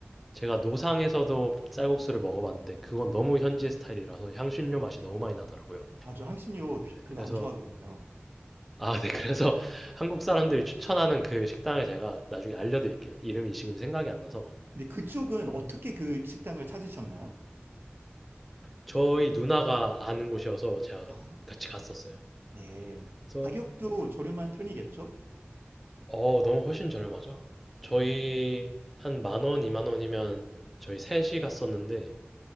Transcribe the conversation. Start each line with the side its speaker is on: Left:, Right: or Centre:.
Centre: 제가 노상에서도 쌀국수를 먹어봤는데 그건
Right: 네.
Centre: 너무 현지 스타일이라서 향신료 맛이 너무 많이 나더라고요.
Right: 아, 저 향신료 별로
Centre: 그래서
Right: 안 좋아하거든요.
Centre: 아, 네. 그래서 <laughs> 한국 사람들이 추천하는 그 식당을 제가 나중에 알려드릴게요. 이름이 지금 생각이 안 나서
Right: 근데 그쪽은 어떻게 그 식당을 찾으셨나요?
Centre: 저희 누나가 아는 곳이어서 제가
Right: 아,
Centre: 같이 갔었어요.
Right: 네.
Centre: 그래서
Right: 가격도 저렴한 편이겠죠?
Centre: 어, 너무 훨씬 저렴하죠? 저희
Right: 음.
Centre: 한 만 원, 이만 원이면 저희 셋이 갔었는데